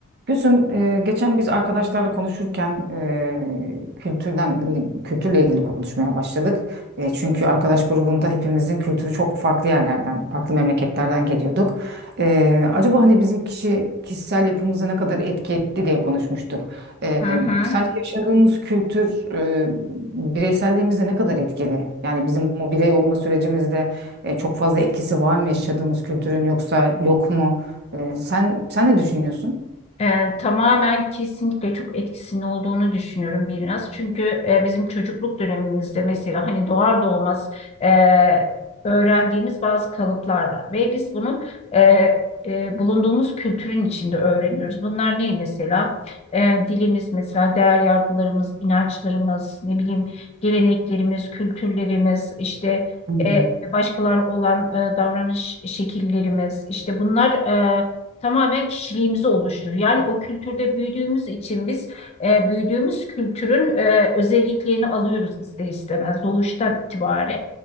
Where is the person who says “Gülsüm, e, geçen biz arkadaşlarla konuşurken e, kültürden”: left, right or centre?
Right